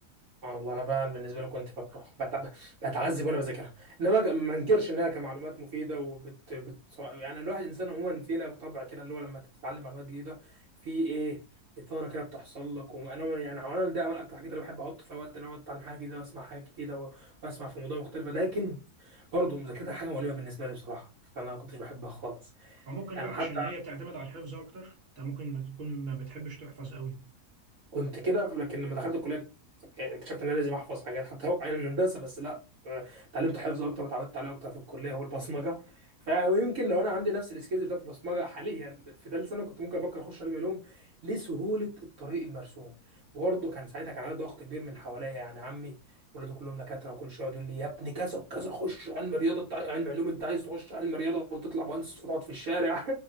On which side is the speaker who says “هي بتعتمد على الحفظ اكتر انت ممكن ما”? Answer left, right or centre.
Right